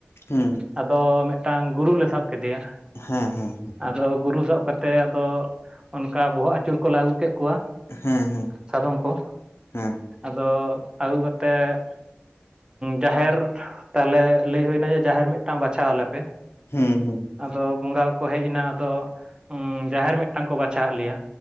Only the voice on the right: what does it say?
ᱟᱫᱚ ᱢᱤᱫᱴᱟᱝ ᱜᱩᱨᱩ ᱞᱮ ᱥᱟᱵ ᱠᱮᱫᱮᱭᱟ
ᱟᱫᱚ ᱜᱩᱨᱩ ᱥᱟᱵ ᱠᱟᱛᱮᱫ ᱟᱫᱚ ᱚᱱᱠᱟ ᱵᱚᱦᱚᱜ ᱟᱹᱪᱩᱨ ᱠᱚᱞᱮ ᱟᱹᱜᱩ ᱠᱮᱫ ᱠᱚᱣᱟ
ᱥᱟᱫᱚᱢ ᱠᱚ
ᱟᱫᱚ ᱟᱹᱜᱩ ᱠᱟᱛᱮᱫ ᱡᱟᱦᱮᱨ ᱛᱟᱦᱚᱞᱮ ᱞᱟᱹᱭ ᱦᱩᱭᱮᱱᱟ ᱡᱮ ᱡᱟᱦᱮᱨ ᱢᱤᱫᱴᱟᱝ ᱵᱟᱪᱷᱟᱣ ᱟᱞᱮᱯᱮ
ᱟᱫᱚ ᱵᱚᱸᱜᱟ ᱠᱚ ᱦᱮᱡ ᱮᱱᱟ ᱟᱫᱚ ᱡᱟᱦᱮᱨ ᱢᱤᱫᱴᱟᱝ ᱠᱚ ᱵᱟᱪᱷᱟᱫ ᱞᱮᱭᱟ